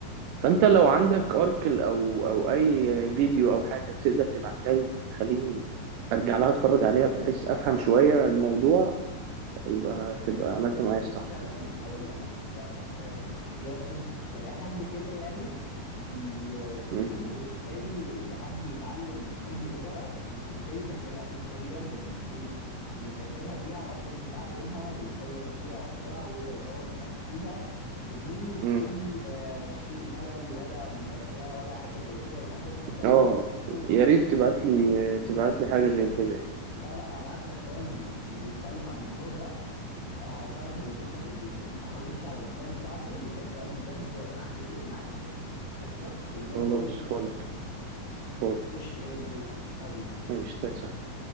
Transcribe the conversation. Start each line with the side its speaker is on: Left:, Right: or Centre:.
Right: فانت لو عندك ارتكل او او اي فيديو او حاجة تقدر تبعتها لي تخليني ارجع لها
Left: بص
Right: اتفرج
Left: اصلا
Right: عليها بحيث افهم
Left: هقول
Right: شوية
Left: لك حاجه
Right: الموضوع يبقى تبقى
Left: ك-
Right: عملت
Left: كان
Right: معايا
Left: في
Right: الصح
Left: تشانل اقول لك انا حاجه حاجه جامده كان في اصلا يعني كان حد كده يعني بي بيقول
Right: مم.
Left: ازاي حد يتعلم اي لغه ازاي يذاكرها ايه الطريقه اللي المفروض يذاكرها بيها علشان يتعلمها ويتطور فيها بسرعه ويقدر يطور من نفسه فيها بدون
Right: مم.
Left: اي آه، شيء ملل ولا مذاكره ولا حاجه زي كده يعني عندك مثلا
Right: اه
Left: او
Right: يا
Left: انت
Right: ريت
Left: لازم
Right: تبعت
Left: تظبط
Right: لي
Left: البرونسيشن
Right: تبعت لي حاجة زي كده يعني
Left: لا لا هبعت لك فاهم اللي بيتكلم عن الموضوع ده آه، فعلا هيظبط لك الدنيا انت حاول امشي على البلان بتاعته وصدقني بجد هتفرق معاك خالص قشطه وبرضه
Right: خلاص
Left: قول لي رأيك.
Right: فل فل
Left: قشطه يا برو حبيبي
Right: ماشي تسلم